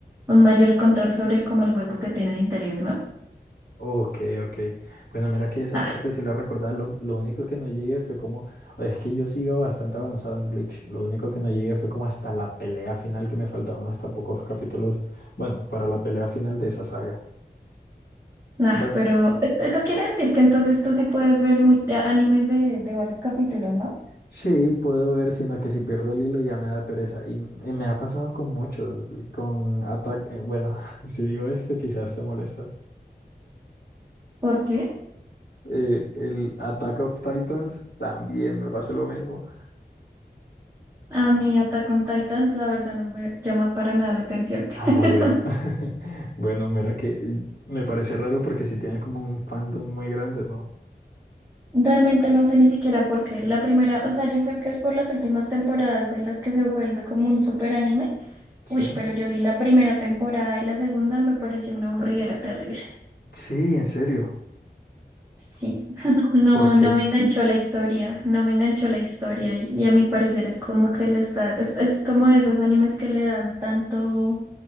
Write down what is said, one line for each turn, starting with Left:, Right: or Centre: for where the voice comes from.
Right: un mayor control sobre el, como el hueco que tienen interior, ¿no?
Left: Ok, ok. Bueno, mira que esa
Right: Ah,
Left: parte sí la recordaba. Lo, lo único que no llegué fue como. Es que yo sí iba bastante avanzado en Bleach. Lo único que no llegué fue como hasta la pelea final, que me faltaron hasta pocos capítulos. Bueno, para la pelea final de esa saga.
Right: nah,
Left: Bueno,
Right: pero es- eso quiere decir que entonces tú sí puedes ver mu- a- animes de, de varios capítulos, ¿no?
Left: sí, puedo ver, sino que si pierdo el hilo ya me da pereza. Y, m- y me ha pasado con muchos. Con Attack. eh, Bueno, <laughs> si digo este, quizás se molesta.
Right: ¿Por qué?
Left: Eh, el Attack of Titans también me pasó lo mismo.
Right: A mí Attack on Titans, la verdad, no me llama para nada la atención.
Left: Ah,
Right: <laughs>
Left: bueno. <laughs> Bueno, mira que me parece raro porque sí tiene como un fandom muy grande, ¿no?
Right: Realmente no sé ni siquiera por qué. La primera, o sea, yo sé que es por las últimas temporadas en las que se vuelve como un super anime
Left: Sí.
Right: Uy, pero yo vi la primera temporada y la segunda me pareció una aburridera terrible.
Left: Sí, en serio.
Right: Sí, <laughs> no,
Left: ¿Por qué
Right: no me enganchó la historia, no me enganchó la historia y, y a mi parecer es como que le está, es, es como de esos animes que le dan tanto,